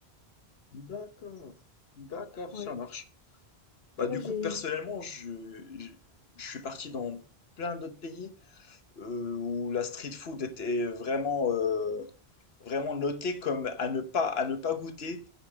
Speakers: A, on the left (about 70°); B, on the left (about 55°).
A: D'accord. D'accord,
B: Ouais.
A: ça marche. Bah
B: Moi,
A: du
B: j'ai...
A: coup, personnellement,
B: j'ai-
A: je, je, je suis parti dans plein d'autres pays. euh, où la street food était vraiment, euh, vraiment notée comme à ne pas, à ne pas goûter,